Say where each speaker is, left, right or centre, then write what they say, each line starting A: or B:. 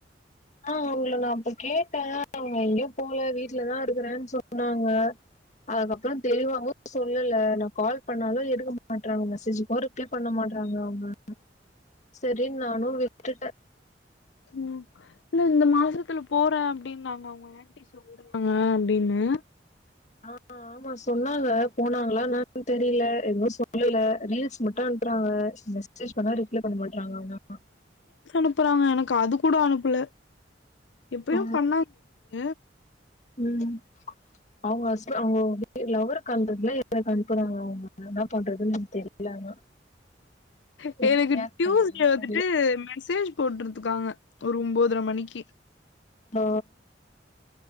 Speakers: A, on the left; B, on the left.
A: ஆ அவுங்கள நா அப்போ கேட்டே அவுங்க எங்கேயு போல வீட்லதா இருக்கறேன்னு சொன்னாங்க அதுக்கப்புற தெளிவாவு சொல்லல நா கால் பண்ணாலு எடுக்க மாட்டறாங்க மெசேஜுக்கு ரிப்ளை பண்ண மாட்றாங்க அவுங்க சேரின் நானு விட்டுட்டே
B: ம் இல்ல இந்த மாசத்துல போறே அப்டினாங்க அவுங்க ஆன்ட்டி சொல்றேனாங்க அப்டின்னு
A: ஆ ஆ ஆமா சொன்னாங்க போனாங்களா என்னனு தெரில எதுவு சொல்லல ரீல்ஸ் மட்டு அனுப்புறாங்க மெசேஜ் பண்ணா ரிப்ளை பண்ண மாட்றாங்க அவுங்க அம்மா
B: ஸ் அனுப்புறாங்க எனக்கு அது கூட அனுப்பல எப்பயு
A: ஆ
B: பண்ணாங்க
A: ம் அவுங்க ஹஸ்பு அவுங்க லவ்ருக்கு அனுப்றதுல எனக்கு அனுப்புறாங்க அவுங்க என்ன பண்றதுன்னு தெரில ஆனா
B: பே
A: எப்டி
B: எனக்கு
A: ரியாக்ட்
B: டியூஸ்டே
A: பண்றதுன்னு
B: வந்துட்டு
A: தெரியல
B: மெசேஜ் போட்டிருதுக்காங்க ஒரு ஒம்போதர மணிக்கி
A: ஓ